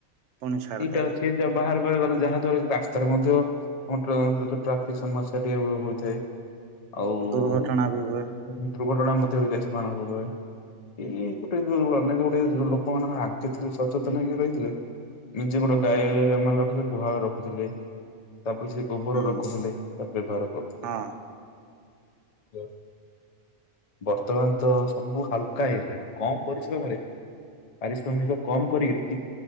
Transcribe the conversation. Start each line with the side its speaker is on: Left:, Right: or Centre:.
Right: ପୁଣି ଛାଡିଦେବେ
Left: ଏଇଟା ହୋଉଚି କେନ୍ତିଆ ବାହାରୁ ବାହାରୁ ଗଲେ ଯାହା ଦ୍ଵାରା ରାସ୍ତାରେ ମଧ୍ୟ କଂଟ୍ର ର ଯୋଉ ଟ୍ରାଫିକ୍ ସମସ୍ୟା ଟିକେ ହୋ ହୋଇଥାଏ ଆଉ ଉଁ
Right: ଦୁର୍ଘଟଣା ବି ହୁଏ
Left: ହୁଁ ଦୁର୍ଘଟଣା ମଧ୍ୟ ହେଇଯାଏ ସେମାନଙ୍କ ଓପରେ। ଏଇ ଗୋଟେ ଅନେକ ଗୁଡ଼ିଏ ଲୋ ଲୋକମାନଙ୍କ ଆଗେ ଥିଲେ ସଚେତନ ହେଇକି ରହିଥିଲେ ନିଜେ ଗୋଟେ ଗାଈଆଳରେ ମଲ୍ ରଖିଦେଇ ଗୁହାଳ ରଖୁଥୁଲେ। ତାପରେ ସେ ଗୋବର
Right: ହୁଁ
Left: ରଖୁଥୁଲେ ତାକୁ ବ୍ୟବହାର କରୁଥୁଲେ
Right: ହଁ
Left: ଯୋଉ ବର୍ତ୍ତମାନ ତ ସବୁ ହାଲକା ହେଇଗଲେଣି କମ ପରିଶ୍ରମରେ ପାରିଶ୍ରମିକ କମ କରିକିରି କି